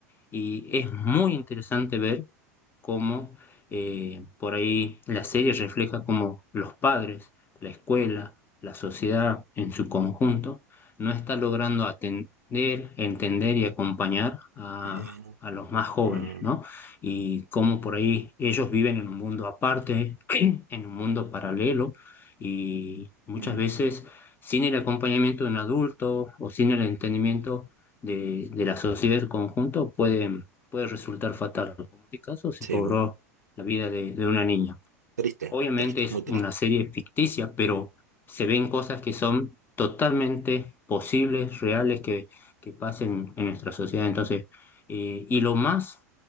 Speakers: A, on the left; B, on the right.
A: Y es muy interesante ver cómo eh, por ahí la serie refleja cómo los padres, la escuela, la sociedad en su conjunto no está logrando atender, entender y acompañar a,
B: eh,
A: a los más jóvenes,
B: mm,
A: ¿no? Y cómo por ahí ellos viven en un mundo aparte, <clears throat> en un mundo paralelo y muchas
B: mm,
A: veces sin el acompañamiento de un adulto o sin el entendimiento
B: mm.
A: de, de la sociedad del conjunto pueden puede resultar fatal, como en este caso se
B: Sí,
A: cobró
B: no.
A: la vida de, de una niña.
B: Triste,
A: Obviamente
B: triste,
A: es
B: muy triste.
A: una serie ficticia, pero se ven cosas que son totalmente posibles, reales, que, que pasen en nuestra sociedad. Entonces, eh, y lo más